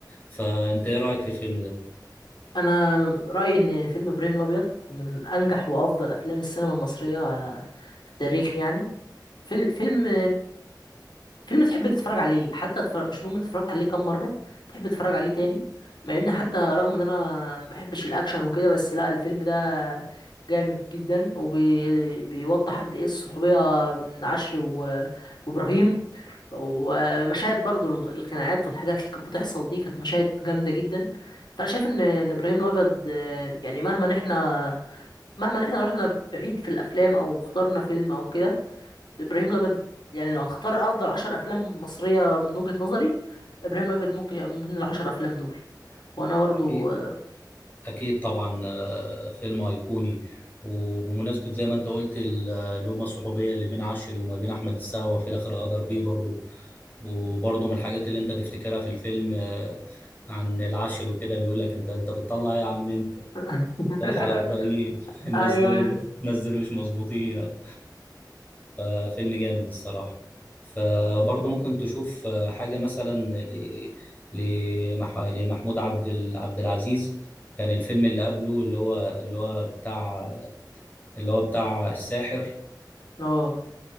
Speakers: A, on the left; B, on the left.
A: فانت ايه رايك في الفيلم ده
B: انا رايي ان فيلم ابراهيم الابيض من انجح وافضل افلام السينما المصريه في التاريخ يعني فيلم فيلم فيلم تحب تتفرج عليه حتى تفرج مش مهم انت اتفرجت عليه كام مره تحب تتفرج عليه تاني مع ان حتى رغم ان انا ما بحبش الاكشن وكده بس لا الفيلم ده جامد جدا وبيوضح قد ايه الصحوبيه بين عشري و- وابراهيم ومشاهد برضو ال- الخناقات والحاجات اللي كانت بتحصل دي كانت مشاهد جامدة جدا فأنا شايف إن إن إبراهيم الأبيض آه، يعني مهما إحنا مهما إحنا رحنا بعيد في الأفلام أو اخترنا فيلم أو كده إبراهيم الأبيض يعني لو هتختار أفضل عشر أفلام مصرية من وجهة نظري إبراهيم الأبيض ممكن يبقى من ضمن العشر أفلام دول وأنا برضو
A: اكيد
B: آه،
A: اكيد طبعا آه، فيلم ايقوني وبمناسبة زي ما انت قلت ال- اللومة الصحوبية اللي بين عشري وما بين احمد السقا وفي الاخر غدر بيه برضه وبرضه من الحاجات اللي انت تفتكرها في الفيلم آه، عن العشر وكده بيقول لك انت انت بتطلع ايه يا عم انت
B: <laughs>
A: الحق يا ابراهيم <laughs> الناس
B: أيوه
A: دول
B: أيوه
A: الناس دول مش مظبوطين أو. ففيلم جامد الصراحه فبرضه ممكن تشوف آه، حاجه مثلا ل... لمح... لمحمود عبد ال... عبد العزيز كان الفيلم اللي قبله اللي هو اللي هو بتاع اللي هو بتاع الساحر
B: اه